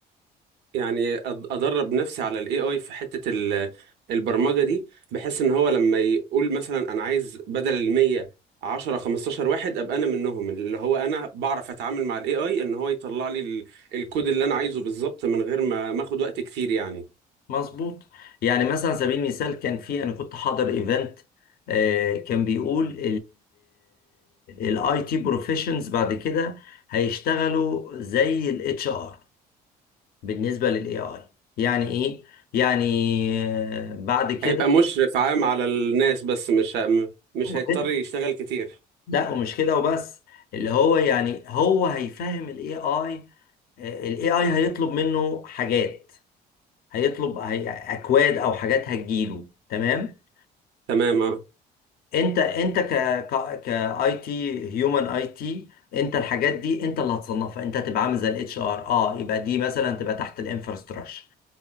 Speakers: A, on the right; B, on the left.
A: يعني أد- ادرب نفسي على الاي اي في حته ال- البرمجه دي بحيث ان هو لما يقول مثلا انا عايز بدل ال 100 10 15 واحد ابقى انا منهم اللي هو انا بعرف اتعامل مع الاي اي ان هو يطلع لي ال- الكود اللي انا عايزه بالظبط من غير ما ما اخد وقت كتير يعني
B: مظبوط يعني مثلا على سبيل المثال كان في انا كنت حاضر ايفنت آه، كان بيقول الاي تي بروفيشنز بعد كده هيشتغلوا زي الاتش ار بالنسبه للاي اي يعني ايه يعني آه، بعد كده
A: هيبقى مشرف عام على الناس بس مش ه- مش
B: <laughs>
A: هيضطر يشتغل كتير
B: لا ومش كده وبس اللي هو يعني هو هيفهم الاي اي الاي اي هيطلب منه حاجات هيطلب هي- اكواد او حاجات هتجيله تمام
A: تمام اه
B: انت انت ك ك كاي تي هيومن اي تي انت الحاجات دي انت اللي هتصنفها انت هتبقى عامل زي الاتش ار اه يبقى دي مثلا تبقى تحت الانفراستراكشر